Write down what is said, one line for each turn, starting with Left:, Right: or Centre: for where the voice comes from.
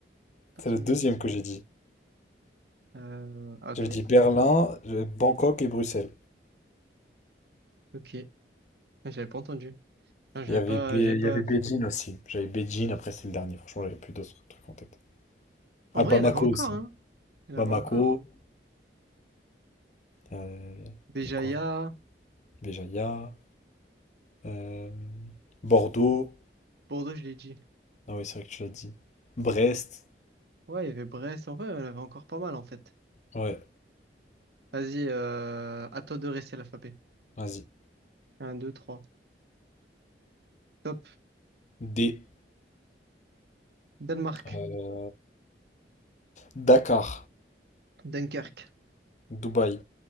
Right: Pas
Left: C'est
Right: de souvenir.
Left: le deuxième que j'ai dit.
Right: Euh, ah, ok,
Left: J'avais dit Berlin, euh, Bangkok et Bruxelles.
Right: ok. J'avais pas entendu. Ah, J'avais
Left: Il y avait,
Right: pas,
Left: Bé-
Right: j'avais pas.
Left: il y avait Beijing aussi. J'avais Beijing, après c'est le dernier. Franchement, j'avais plus d'autres trucs en tête.
Right: En
Left: Ah,
Right: vrai,
Left: Bamako
Right: il y en avait encore,
Left: aussi.
Right: hein. Il y
Left: Bamako,
Right: en avait encore.
Left: euh,
Right: Béjaïa,
Left: et quoi? Béjaïa, euh, Bordeaux.
Right: Bordeaux, je l'ai dit.
Left: Ah oui, c'est vrai que tu l'as dit. Brest.
Right: Ouais, il y avait Brest. En vrai, il y en avait encore pas mal, en fait.
Left: Ouais,
Right: Vas-y, euh, à toi de rester l'alphabet.
Left: vas-y.
Right: Un, deux, trois. Top.
Left: D.
Right: Danemark,
Left: euh, Dakar,
Right: Dunkerque,
Left: Dubaï,